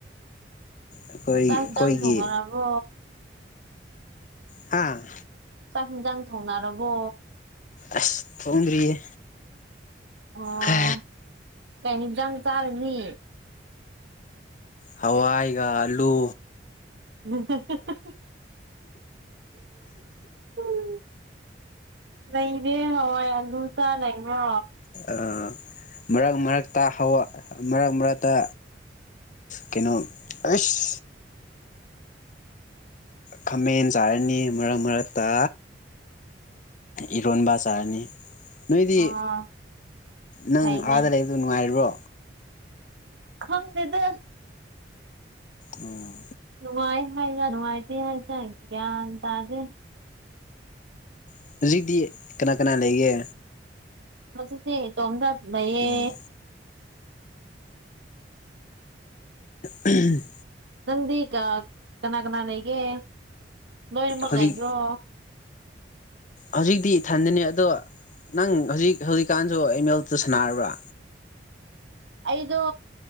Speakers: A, on the left; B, on the right.
A: ꯑꯩꯈꯣꯏ ꯑꯩꯈꯣꯏꯒꯤ
B: ꯆꯥꯡ ꯍꯤꯟꯖꯥꯡ ꯊꯣꯡꯅꯔꯕꯣ꯫
A: ꯍꯥ
B: ꯆꯥꯛ ꯏꯟꯖꯥꯡ ꯊꯣꯡꯅꯔꯕꯣ꯫
A: ꯑꯁ ꯊꯣꯡꯗ꯭ꯔꯤꯌꯦ꯫
B: ꯑꯣ
A: ꯍꯥ
B: ꯀꯩ ꯍꯤꯟꯖꯥꯡ ꯆꯥꯔꯅꯤ꯫
A: ꯍꯋꯥꯏꯒ ꯑꯜꯂꯨ
B: <unintelligible> ꯎꯝ ꯅꯩꯔꯦ ꯍꯋꯥꯏ ꯑꯂꯨ ꯆꯥꯅꯕ꯭ꯔꯣ꯫
A: ꯑꯥ ꯃꯔꯛ ꯃꯔꯛꯇ ꯍꯧ ꯃꯔꯛ ꯃꯔꯛꯇ ꯀꯩꯅꯣ ꯑꯁ ꯈꯥꯃꯦꯟ ꯆꯥꯔꯅꯤ ꯃꯔꯛ ꯃꯔꯛꯇ ꯏꯔꯣꯟꯕ ꯆꯥꯔꯅꯤ꯫ ꯅꯣꯏꯗꯤ
B: ꯑꯥ
A: ꯅꯪ
B: ꯐꯩꯅꯦ
A: ꯑꯥꯗ ꯂꯩꯕꯗ ꯅꯨꯡꯉꯥꯏꯔꯤꯕꯣ꯫
B: ꯈꯪꯗꯦꯗ꯫
A: ꯑꯣ꯫
B: ꯅꯨꯡꯉꯥꯏ ꯍꯥꯏꯔ ꯅꯨꯡꯉꯥꯏꯇꯦ ꯍꯥꯏꯇꯥꯏ ꯒ꯭ꯌꯥꯟ ꯇꯥꯗꯦ꯫
A: ꯑꯝ꯫ ꯍꯧꯖꯤꯛꯇꯤ ꯀꯅꯥ ꯀꯅꯥ ꯂꯩꯒꯦ꯫
B: ꯑꯗꯨꯗꯤ ꯏꯇꯣꯝꯇ ꯂꯩꯌꯦ꯫
A: ꯎꯝ ꯎꯝ꯫
B: ꯅꯪꯗꯤ ꯀꯥ ꯀꯅꯥ ꯀꯅꯥ ꯂꯩꯒꯦ ꯅꯣꯏꯅꯤꯃꯛ
A: ꯍꯧꯖꯤꯛ
B: ꯂꯩꯕ꯭ꯔꯣ꯫
A: ꯍꯧꯖꯤꯛꯇꯤ ꯏꯊꯟꯗꯅꯦ ꯑꯗꯣ ꯅꯪ ꯍꯧꯖꯤꯛ ꯍꯧꯖꯤꯛꯀꯥꯟꯁꯨ ꯑꯦꯝꯃꯦꯜꯇꯣ ꯁꯥꯟꯅꯔꯤꯕ꯭ꯔꯥ꯫
B: ꯑꯩꯗꯣ